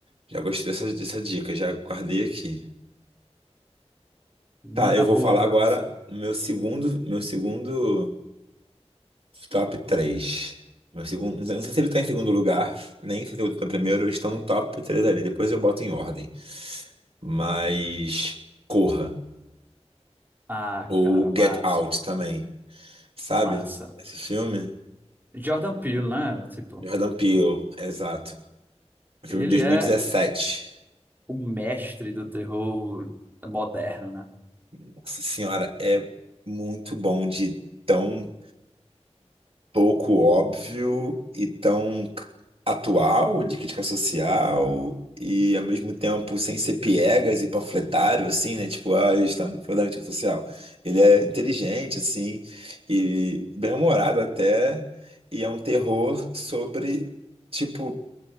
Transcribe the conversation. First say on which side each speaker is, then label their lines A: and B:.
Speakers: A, on the right (about 55°); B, on the right (about 15°).
A: já gostei dessa, dessa dica, já guardei aqui.
B: Manda
A: Tá, eu vou
B: boa
A: falar
B: agora
A: agora
B: você.
A: o meu segundo, meu segundo Top 3. Meu segundo, não sei não sei se ele tá em segundo lugar, nem sei se ele tá em primeiro, eles estão no top 3 ali. Depois eu boto em ordem. Mas Corra
B: Ah,
A: ou
B: cara, massa,
A: Get Out também. Sabe?
B: massa.
A: Esse filme?
B: Jordan Peele, né? Tipo,
A: Jordan Peele, exato. Um
B: ele
A: filme de 2017.
B: é o mestre do terror moderno, né?
A: Nossa Senhora, é muito bom de tão pouco óbvio e tão c- atual de crítica social e ao mesmo tempo sem ser piegas e panfletário, assim, né? Tipo, ah, eles estão falando de crítica social. Ele é inteligente, assim, e bem-humorado até, e é um terror sobre, tipo,